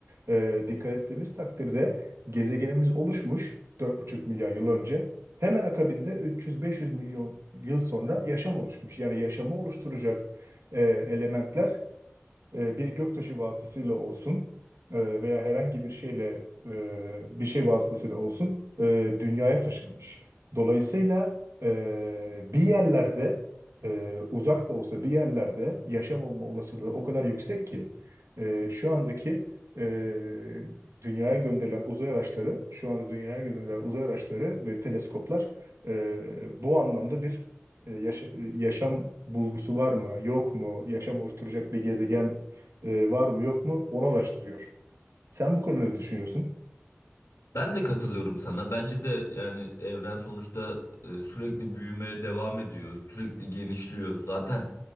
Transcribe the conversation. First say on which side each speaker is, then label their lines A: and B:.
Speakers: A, on the right (about 75°); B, on the left (about 80°).
A: e, dikkat ettiğimiz takdirde gezegenimiz oluşmuş dört buçuk milyar yıl önce. Hemen akabinde 300-500 milyon yıl sonra yaşam oluşmuş. Yani yaşamı oluşturacak e, elementler e, bir göktaşı vasıtasıyla olsun e, veya herhangi bir şeyle e, bir şey vasıtasıyla olsun e, dünyaya taşınmış. Dolayısıyla e, bir yerlerde e, uzak da olsa bir yerlerde yaşam olma olasılığı o kadar yüksek ki e, şu andaki e, dünyaya gönderilen uzay araçları, şu anda dünyaya gönderilen uzay araçları ve teleskoplar e, bu anlamda bir e, yaşa- yaşam bulgusu var mı, yok mu, yaşam oluşturacak bir gezegen e, var mı yok mu onu araştırıyor. Sen bu konuda ne düşünüyorsun?
B: Ben de katılıyorum sana. Bence de yani evren sonuçta e, sürekli büyümeye devam ediyor. Sürekli genişliyor. Zaten